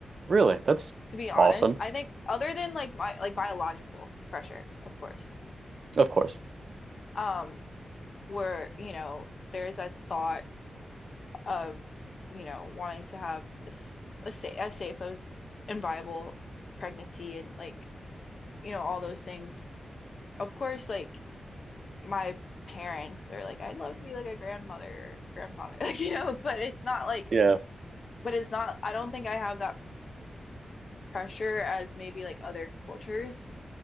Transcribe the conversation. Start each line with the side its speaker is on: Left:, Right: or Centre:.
Right: Really, that's
Left: to be honest,
Right: awesome.
Left: I think other than like my like biological pressure, of course.
Right: Of course.
Left: Um, where, you know, there's a thought of, you know, wanting to have a, s- a sa a safe as and viable pregnancy and like, you know, all those things. Of course, like my parents or like I'd love to be like a grandmother or grandfather, <laughs> like you know, but it's not like
Right: Yeah.
Left: but it's not I don't think I have that pressure as maybe like other cultures